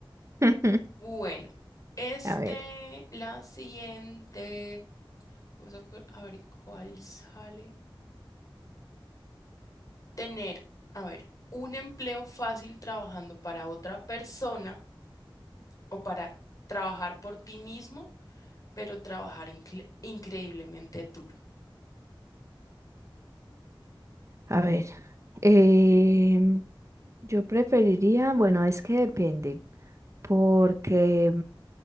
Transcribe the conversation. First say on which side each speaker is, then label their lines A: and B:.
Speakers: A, on the right; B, on the left.
A: <laughs>
B: Bueno, este,
A: A ver,
B: la siguiente, vamos a, cu- a ver cuál sale. Tener, a ver, un empleo fácil trabajando para otra persona o para trabajar por ti mismo, pero trabajar incre- increíblemente duro.
A: a ver. em, yo preferiría, bueno, es que depende, porque,